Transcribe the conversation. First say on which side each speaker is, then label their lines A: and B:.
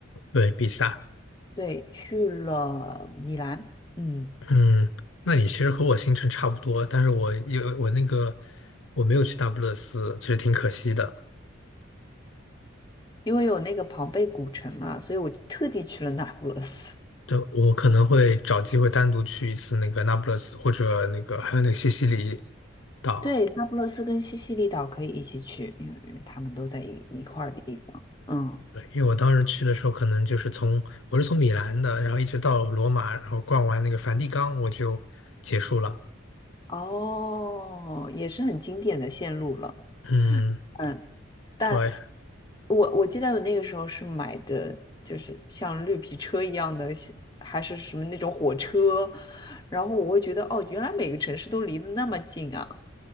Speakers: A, on the left; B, on the left.
A: 对，比萨。
B: 对，去了米兰。嗯，
A: 嗯，那你其实和我行程差不多，但是我有我那个我没有去那不勒斯，其实挺可惜的。
B: 因为有那个庞贝古城嘛，所以我就特地去了那不勒斯。
A: 对，我可能会找机会单独去一次那个那不勒斯，或者那个还有那个西西里岛。
B: 对，那不勒斯跟西西里岛可以一起去，因为他们都在一一块儿地方。嗯，
A: 对，因为我当时去的时候，可能就是从我是从米兰的，然后一直到罗马，然后逛完那个梵蒂冈，我就结束了。
B: 哦，也是很经典的线路了。
A: 嗯，
B: 嗯，但
A: 对，
B: 我我记得我那个时候是买的，就是像绿皮车一样的，像还是什么那种火车，然后我会觉得，哦，原来每个城市都离得那么近啊，